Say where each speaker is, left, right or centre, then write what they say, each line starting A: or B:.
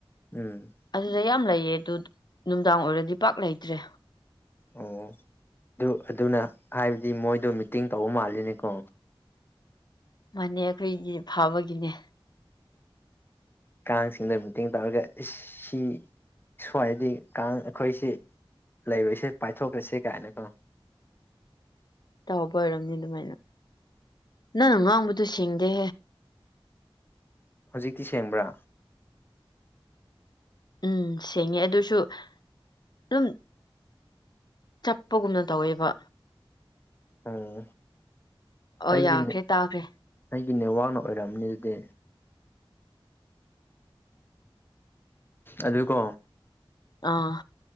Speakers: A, on the left; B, on the left.
A: ꯎꯝ
B: ꯃꯌꯥꯝ ꯂꯩꯌꯦ ꯑꯗꯨ ꯅꯨꯡꯗꯥꯡ ꯑꯣꯏꯔꯗꯤ ꯄꯥꯛ ꯂꯩꯇ꯭ꯔꯦ
A: ꯑꯣ ꯑꯗꯨ ꯑꯗꯨꯅ ꯍꯥꯏꯕꯗꯤ ꯃꯣꯏꯗꯣ ꯃꯤꯇꯤꯡ ꯇꯧꯕ ꯃꯥꯜꯂꯤꯅꯤꯀꯣ
B: ꯃꯅꯦ ꯑꯩꯈꯣꯏꯒꯤ ꯐꯥꯕꯒꯤꯅꯦ
A: ꯀꯥꯡꯁꯤꯡꯗ ꯃꯤꯇꯤꯡ ꯇꯧꯔꯒ ꯁꯤ ꯁꯋꯥꯏꯗꯤ ꯀꯥꯡ ꯑꯩꯈꯣꯏꯁꯤ ꯂꯩꯕꯁꯦ ꯄꯥꯏꯊꯣꯛꯈ꯭ꯔꯁꯤ ꯀꯥꯏꯅꯀꯣ
B: ꯇꯧꯕ ꯑꯣꯏꯔꯝꯅꯤ ꯑꯗꯨꯃꯥꯏꯅ ꯅꯪ ꯉꯥꯡꯕꯗꯨ ꯁꯦꯡ ꯗꯦ
A: ꯍꯧꯖꯤꯛꯇꯤ ꯁꯦꯡꯕ꯭ꯔꯥ
B: ꯎꯝ ꯁꯦꯡꯉꯦ ꯑꯗꯨꯁꯨ ꯑꯗꯨꯝ ꯆꯞꯄꯒꯨꯝꯅ ꯇꯧꯋꯦꯕ
A: ꯎꯝ
B: ꯑꯣ
A: ꯑꯩꯒꯤꯅꯦ
B: ꯌꯥꯈ꯭ꯔꯦ ꯇꯥꯈ꯭ꯔꯦ
A: ꯑꯩꯒꯤ ꯅꯦꯠꯋꯥꯛꯅ ꯑꯣꯏꯔꯝꯅꯤ ꯑꯗꯨꯗꯤ ꯑꯗꯨꯀꯣ
B: ꯑꯥ